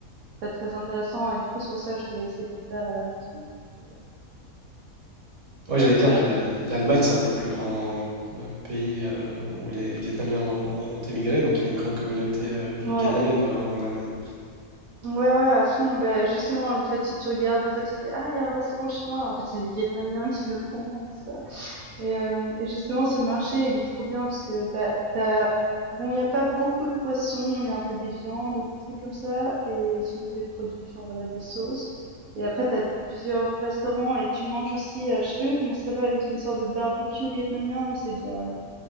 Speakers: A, on the right; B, on the right.
A: pas très intéressant. Et du coup, c'est pour ça que je voulais essayer de le faire à la maison. pour voir.
B: ouais, j'allais dire
A: Voilà.
B: que la- l'Allemagne, c'est un des plus grands euh, pays euh, où les Vietnamiens ont, ont émigré, donc il y a une grande communauté euh,
A: Ouais,
B: vi- vietnamienne euh, en Allemagne.
A: Ouais, ouais, à fond. Bah, justement, en fait, si tu regardes, des fois, tu te dis, ah, il y a un restaurant chinois. En fait, c'est les Vietnamiens qui le font et tout ça. Et, euh, et justement, ce marché, il est trop bien parce que, bah, t'as, bon, il n'y a pas beaucoup de poissons. Il y a un peu des viandes, des trucs comme ça. Et sinon, des produits, enfin, voilà, des sauces. Et après, t'as plusieurs restaurants et tu manges aussi, euh, je sais pas plus comment ça s'appelle, mais c'est une sorte de barbecue vietnamien où c'est de la,